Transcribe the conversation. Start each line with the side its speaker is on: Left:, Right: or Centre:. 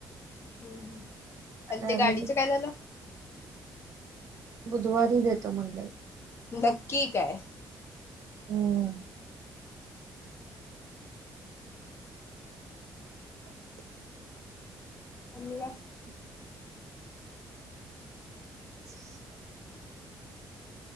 Left: हम्म हम्म
Right: काय
Left: आण ते
Right: मी
Left: गाडीचं काय झालं.
Right: बुधवारी देतो म्हणालाय.
Left: नक्की काय?
Right: हम्म. हम <inaudible>
Left: आणि काय
Right: अ् <unintelligible> <inaudible>